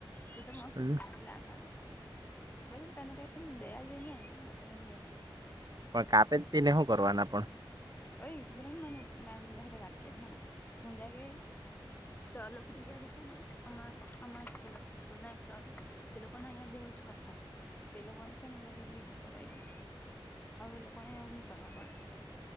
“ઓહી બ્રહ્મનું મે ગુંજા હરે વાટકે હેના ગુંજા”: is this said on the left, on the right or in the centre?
Left